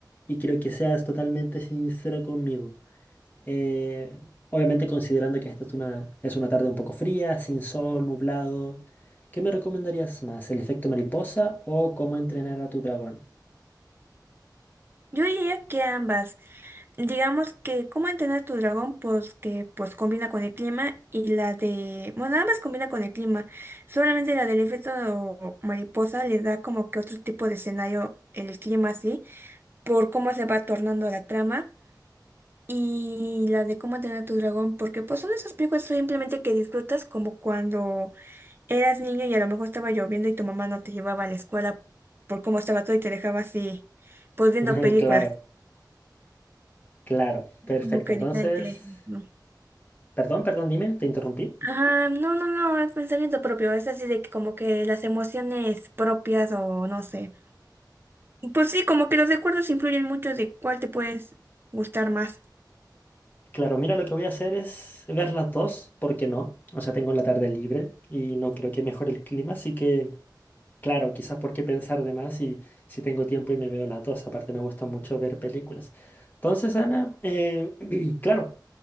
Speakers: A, on the left; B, on the right.
A: y quiero que seas totalmente sincera conmigo. eh, obviamente considerando que esta es una, es una tarde un poco fría, sin sol, nublado, ¿qué me recomendarías más, el efecto mariposa o cómo entrenar a tu dragón?
B: Yo diría que ambas. Digamos que cómo entrenar a tu dragón, pues que pues combina con el clima y la de... Bueno, ambas combina con el clima. Solamente la del efecto mariposa le da como que otro tipo de escenario el clima así, por cómo se va tornando la trama. y la de cómo entrenar a tu dragón, porque pues son esas películas simplemente que disfrutas como cuando eras niño y a lo mejor estaba lloviendo y tu mamá no te llevaba a la escuela por cómo estaba todo y te dejaba así, pues viendo
A: <laughs>
B: películas,
A: Claro. Claro,
B: Es
A: perfecto.
B: como que
A: Entonces,
B: diferente, ¿no?
A: perdón, perdón, dime, te interrumpí.
B: Ajá, no, no, no, es pensamiento propio, es así de que como que las emociones propias o no sé. Pues sí, como que los recuerdos influyen mucho de cuál te puedes gustar más.
A: Claro, mira, lo que voy a hacer es ver las dos, ¿por qué no? O sea, tengo la tarde libre y no creo que mejore el clima, así que, claro, quizás por qué pensar de más si, si tengo tiempo y me veo las dos. Aparte, me gusta mucho ver películas. Entonces, Ana, eh, <clears throat> claro,